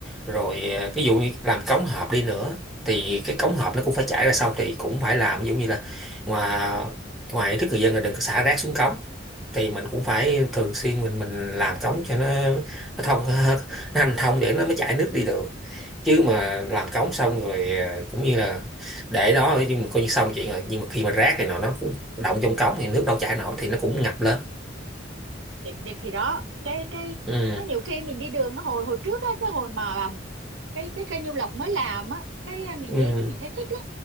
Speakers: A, in the centre; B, on the right (about 85°).
A: rồi à, ví dụ như làm cống hộp đi nữa thì cái cống hộp nó cũng phải chảy ra sông thì cũng phải làm ví dụ như là ngoài ngoài ý thức người dân là đừng có xả rác xuống cống thì mình cũng phải thường xuyên mình mình làm cống cho nó nó thông <laughs> nó hành thông để nó mới chảy nước đi được chứ mà làm cống xong rồi à, cũng như là để đó chứ mình coi như xong chuyện rồi nhưng mà khi mà rác này nọ nó cũng động trong cống thì nước đâu chảy nổi thì nó cũng ngập lên
B: thì, thì thì đó cái cái
A: ừ
B: có nhiều khi mình đi đường á, hồi hồi trước á cái hồi mà um, cái cái cây Nhiêu Lộc mới làm á cái uh, mình
A: ừ
B: đi cái mình thấy thích lắm